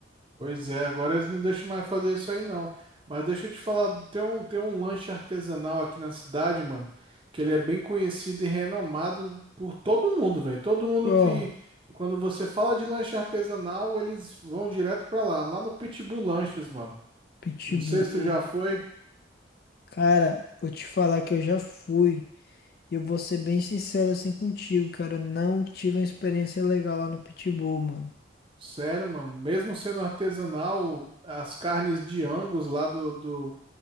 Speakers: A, on the right; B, on the left.
A: Pois é, agora eles não deixam mais fazer isso aí não. Mas deixa eu te falar, tem um, tem um lanche artesanal aqui na cidade, mano, que ele é bem conhecido e renomado por todo mundo, velho. Todo mundo
B: Qual?
A: que, quando você fala de lanche artesanal, eles vão direto pra lá, lá no Pitbull Lanches, mano.
B: Pitbull.
A: Não sei se tu já foi.
B: Cara, vou te falar que eu já fui. E eu vou ser bem sincero assim contigo, cara. eu Não tive uma experiência legal lá no Pitbull, mano.
A: Sério, mano, mesmo sendo artesanal, as carnes de Angus lá do, do